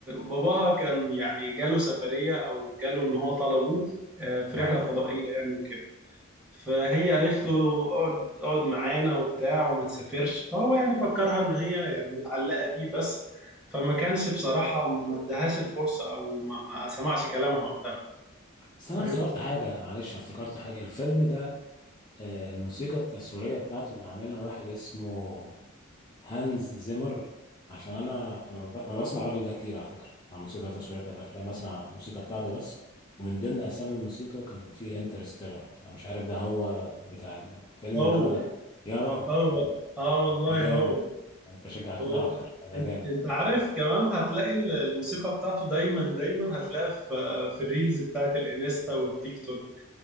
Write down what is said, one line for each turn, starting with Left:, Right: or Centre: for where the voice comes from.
Centre: باباها كان يعني جاله سفريه او جاله ان هو طلبوه آه، في
Left: اه
Centre: رحله فضائيه يعني وكده فهي قالت له اقعد اقعد معانا وبتاع وما تسافرش فهو يعني فكرها ان هي يعني متعلقة بيه بس فما كانش بصراحة ما ادهاش الفرصة او ما سمعش كلامها وقتها
Left: بس
Centre: فاهم
Left: انا افتكرت حاجه معلش انا افتكرت حاجه الفيلم ده آه الموسيقى التصويريه بتاعته اللي عاملها واحد اسمه هانز زيمر عشان انا انا ما ب- ما بسمع الراجل ده كتير على فكره بتاع موسيقى تصويريه بتاعت افلام بسمع موسيقى بتاعته بس ومن ضمن اسامي الموسيقى كان في انترستيلر فمش عارف ده هو بتاع الفيلم
Centre: هو
Left: ده ولا بتاع. يا راجل
Centre: هو اه والله
Left: طب ده جامد
Centre: هو
Left: انت شجعتنا
Centre: هو
Left: اكتر ده
Centre: إن-
Left: جامد
Centre: انت عارف كمان هتلاقي ال- الموسيقى بتاعته دايما دايما هتلاقيها في في الريلز بتاعت الانستا والتيك توك